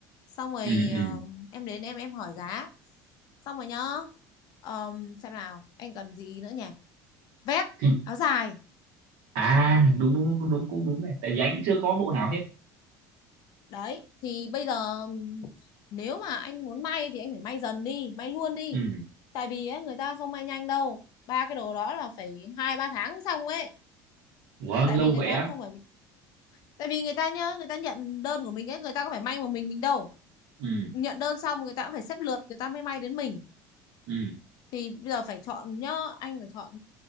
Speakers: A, on the left; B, on the right.
A: xong rồi
B: ừ ừ
A: ờ, em đến em em hỏi giá xong rồi nhá Ờm, xem nào anh cần gì nữa nhỉ vest
B: thì
A: áo dài
B: à đúng đúng đúng đúng cũng đúng này tại vì anh cũng chưa có bộ nào hết
A: đấy thì bây giờ nếu mà anh muốn may thì anh phải may dần đi may luôn đi
B: ừ
A: tại vì ấy, người ta không may nhanh đâu ba cái đồ đó là phải hai ba tháng mới xong ấy
B: Ủa
A: tại
B: lâu
A: vì người
B: vậy
A: ta
B: á
A: không phải tại vì người ta nhớ người ta nhận đơn của mình ấy người ta có phải may một mình mình đâu
B: ừ
A: nhận đơn xong người ta cũng phải xếp lượt người ta mới may đến mình
B: ừ
A: thì bây giờ phải chọn nhá anh phải chọn